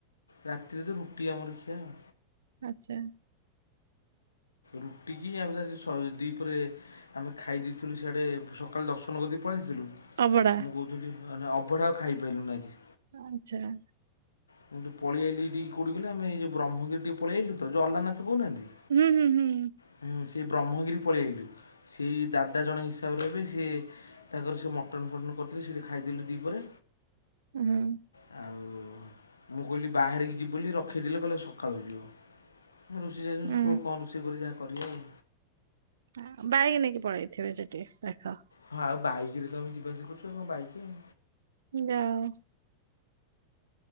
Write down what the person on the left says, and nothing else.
ରାତିରେ ତ ରୁଟି ଆମର ଖିଆ ଆଉ।
ରୁଟି କିି ଆମର ଆଜି ସ ଦ୍ଵିପହରେ, ଆମେ ଖାଇ ଦେଇଥିଲୁ ସେଆଡ଼େ ସ ସକାଳେ ଦର୍ଶନ କରିଦେଇ ପଳାଇ ଆସିଥିଲୁ,
ମୁଁ କହୁଥିଲି ନା ଅବଢ଼ା ଆଉ ଖାଇପାଇଲୁନି ଆଜି।
ମୁଁ ଏଠୁ ପଳେଇ ଆଇଲି ଏଇଠି କୋଉଠିକି କହିଲେ, ଆମେ ଯୋଉ ବ୍ରହ୍ମଗିରି ଟିକେ ପଳେଇ ଆଇଲୁ ତ ଯୋଉ ଅଲାନନାଥ କହୁନାହାଁନ୍ତି?
ହୁଁ, ସେ ବ୍ରହ୍ମଗିରି ପଳେଇ ଆଇଲୁ। ସେଇ ଦାଦା ଜଣେ ହିସା ହିସାବରେ ହେବେ, ସିଏ ତାଙ୍କର ସବୁ ମଟନ୍ ଫଟନ୍ କରିଥିଲେ, ସେଇଠି ଖାଇଦେଲୁ ଦ୍ଵିପହରେ
ଆଉ ମୁଁ କହିଲି ବାହାରିକି ଯିବୁ ବୋଲି ରଖିଦେଲେ କହିଲେ ସକାଳୁକୁ ଯିବ। ମୁଁ ରୋଷେଇ ଜାଣିନି,
କୁହ କଣ ରୋଷେଇ କରିବି, ଯାହା କରିବା ଆଉ?
ହଁ ଆଉ ବାଇକିରେ ତ ଆମେ ଯିବା ଆସିବା କରୁଛୁ, ଆଉ କଣ ବାଇକ ଆଉ।